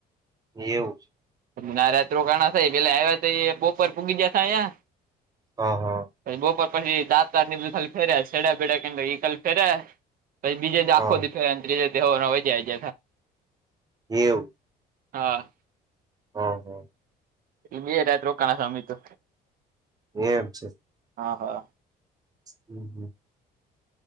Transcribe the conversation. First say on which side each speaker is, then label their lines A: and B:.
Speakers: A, on the right; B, on the right.
A: એવું છે.
B: ના રાત રોકાણા પેલે આવ્યા તો પ્રોપર પૂગી ગયાં.
A: હ હા.
B: પછી બપોર પછી દાતની બધે ખાલી ફેરે છેેડા પેડા કે એકલી ફેરે પછી બીજે દાખો
A: હા
B: દી ત્રીજે દવા <inaudible> હોય જાય જ
A: એવું.
B: હા.
A: હા હા.
B: બે રાત રોકાણા અમે તો
A: એમ છે.
B: હા હા.
A: હમ હમ.